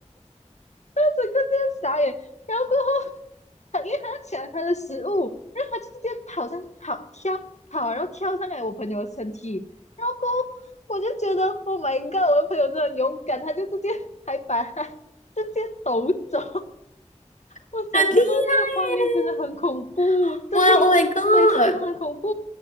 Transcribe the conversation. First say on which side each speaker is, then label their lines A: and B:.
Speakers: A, on the left; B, on the left.
A: 整个这样傻眼，然后过后他因为他抢他的食物，然后他就直接跑上跑跳跑，然后跳上来我朋友的身体，然后过后我就觉得 Oh my God，我的朋友真的很勇敢，他就直接还把他直接抖走，
B: <laughs>
A: 我想象到那个画面真的很恐怖，
B: 很厉害耶！
A: 对，
B: 哇，Oh my God，
A: 所以就真的很恐怖。